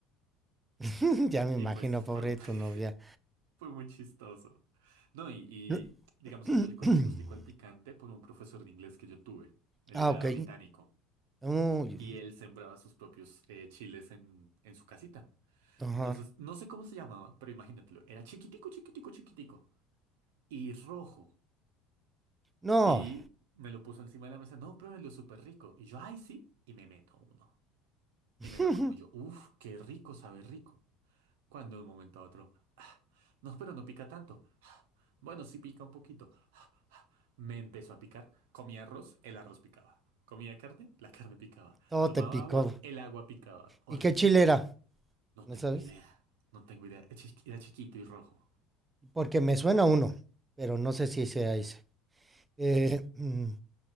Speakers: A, on the right (about 15°); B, on the right (about 85°).
A: <laughs> Ya me
B: Y
A: imagino,
B: pues fue,
A: pobre
B: mu-
A: tu novia.
B: <laughs> fue muy chistoso. No, y, y
A: No-
B: digamos
A: <clears throat>
B: que yo le cogí el gustico al picante por un profesor de inglés que yo tuve. Él
A: Ah,
B: era
A: ok.
B: británico
A: Uy,
B: y él sembraba sus propios eh, chiles en en su casita.
A: ajá.
B: Entonces, no sé cómo se llamaba, pero imagínatelo. Era chiquitico, chiquitico, chiquitico. Y rojo.
A: No,
B: Y me lo puso encima de la mesa. No, pruébenlo, súper rico. Y yo, ay, sí. Y me meto uno.
A: <laughs>
B: Y me lo como yo. Uf, qué rico, sabe rico. Cuando de un momento a otro. "Ah, no, pero no pica tanto. Ah, bueno, sí pica un poquito. Ah, ah". Me empezó a picar. Comía arroz, el arroz picaba. Comía carne, la carne picaba.
A: todo
B: Tomaba
A: te picó.
B: agua, el agua picaba. Horrible.
A: ¿Y qué chile era?
B: No
A: ¿No
B: tengo
A: sabes?
B: idea. No tengo idea. Era chiqui- era chiquito y rojo.
A: Porque me suena uno, pero no sé si sea ese. Eh, <clears throat> mm,